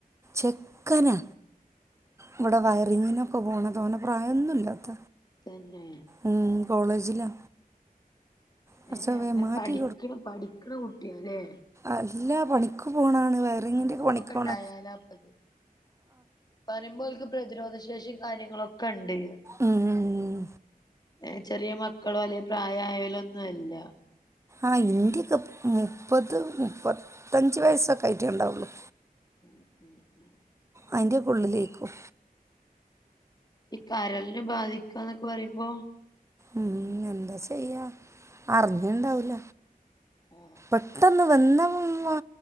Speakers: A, on the right; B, on the left.
A: ചെക്കനാ ഇവടെ
B: ആ
A: വയറിങ്ങിനൊക്കെ പോണതാ തോന്നെ പ്രായൊന്നുല്ലാത്ത
B: തന്നെ
A: ഉം കോളേജിലാ കുറച്ച്
B: ഏഹ്
A: വേ
B: അങ്ങനെ
A: മാറ്റി
B: പഠിക്ക്ണ പഠിക്ക്ണ കുട്ട്യാ ലെ
A: അല്ല പണിക്ക് പോണാണ് വയറിങ്ങിൻ്റെ
B: മക്കക്കൊക്കെ
A: ഒക്കെ പണിക്ക് പോണ
B: ഇണ്ടായാലാപ്പത് പറിമ്പോൽക്ക് പ്രതിരോധ ശേഷിം കാര്യങ്ങളൊക്കെണ്ട്
A: ഉം.
B: ഏഹ് ചെറിയ മക്കളോ അല്ലേ പ്രായായോലൊന്നും അല്ല
A: ആഹ് ഇൻ്റൊക്കെ മുപ്പത് മുപ്പത്തഞ്ച് വയസ്സൊക്കെ ആയിട്ടേ ഉണ്ടാവുള്ളു
B: ഉം ഉം ഉം
A: അയ്ൻ്റെക്കെ ഉള്ളിലേക്കും
B: ഈ കരളിന് ബാധിക്കാന്നൊക്കെ പറിമ്പം
A: ഉം ഉം എന്താ ചെയ്യാ അറിഞ്ഞ്ണ്ടാവൂല
B: ആഹ്
A: പെട്ടെന്ന് വന്ന് വ